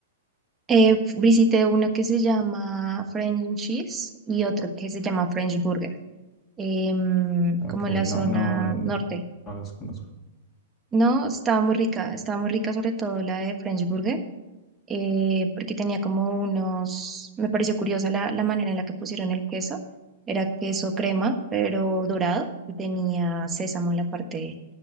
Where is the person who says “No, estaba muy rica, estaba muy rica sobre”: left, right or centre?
Right